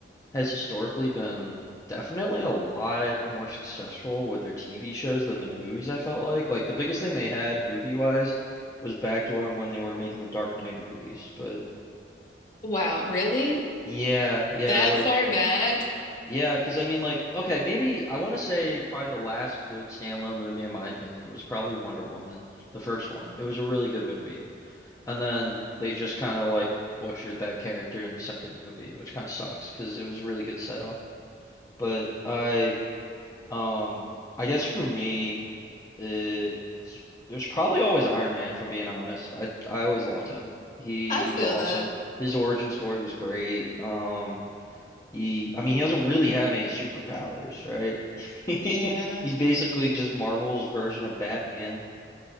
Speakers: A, on the left; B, on the left.
A: has historically been definitely a lot more successful with their TV shows than their movies, I felt like. Like the biggest thing they had movie-wise was backdooring when they were making the Dark Knight movies. But
B: wow, really?
A: yeah, yeah,
B: That
A: like
B: far back?
A: yeah, 'cause I mean like okay, maybe I want to say probably the last good standalone movie in my opinion was probably Wonder Woman, the first one. It was a really good movie. And then they just kind of like butchered that character in the second movie, which kind of sucks because it was a really good setup. But I, um, I guess for me, it, it was probably always Iron Man, if I'm being honest. I I always loved him. He
B: I
A: he
B: feel
A: was awesome.
B: that.
A: His origin story was great. Um, he I mean he doesn't really have any superpowers, right? <laughs>
B: Yeah.
A: He's basically just Marvel's version of Batman.